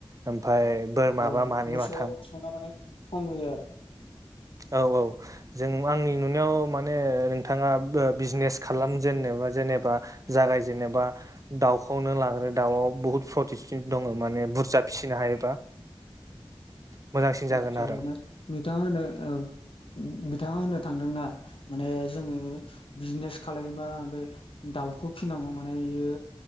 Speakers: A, on the right; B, on the left.
A: ओमफ्राय बोरमाबा
B: औ
A: मानै
B: मोसौआ
A: माथाम
B: मोसौना माने खम होयो आरो
A: औ औ जों आंनि नुनायाव माने माने नोंथाङा बिजनेस खालामजेननोबा जेनेबा जागाय जेनेबा दाउखौनो लाग्रो दाउआव बुहुद <unintelligible> दङ माने बुरजा फिसिनो हायोबा मोजांसिन
B: आतसा
A: जागोन आरो
B: <unintelligible> बिथाङा होननो थांदोंना माने जोङो बिजनेस खालामनोबा बे दाउखौ फिसिनांगौ माने यो